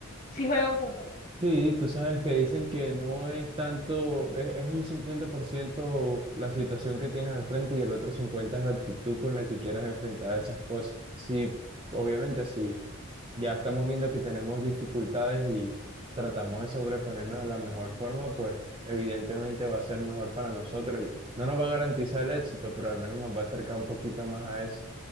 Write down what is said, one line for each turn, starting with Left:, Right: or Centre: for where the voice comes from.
Left: sí juega un punto.
Right: Sí, tú sabes que dicen que no es tanto, es, es un 50% la situación que tienes al frente y el otro 50% es la actitud con la que quieras enfrentar esas cosas. Sí, obviamente, sí, ya estamos viendo que tenemos dificultades y tratamos de sobreponernos de la mejor forma, pues evidentemente va a ser mejor para nosotros y no nos va a garantizar el éxito, pero al menos nos va a acercar un poquito más a eso,